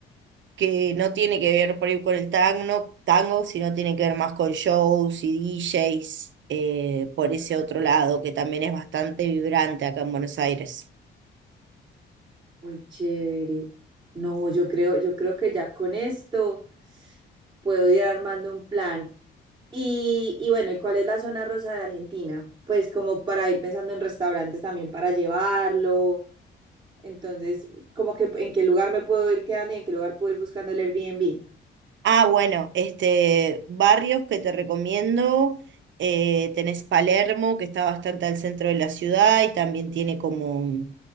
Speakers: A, on the right (about 70°); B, on the right (about 25°).
A: que no tiene que ver por ahí con el tango, tango, sino tiene que ver más con shows y DJs, eh, por ese otro lado, que también es bastante vibrante acá en Buenos Aires.
B: Muy chévere. No, yo creo, yo creo que ya con esto puedo ir armando un plan. Y, y bueno, ¿y cuál es la zona rosa de Argentina? Pues como para ir pensando en restaurantes también para llevarlo. Entonces, como que en qué lugar me puedo ir quedando y en qué lugar puedo ir buscando el Airbnb.
A: Ah, bueno, este, barrios que te recomiendo, eh, tenés Palermo, que está bastante al centro de la ciudad y también tiene como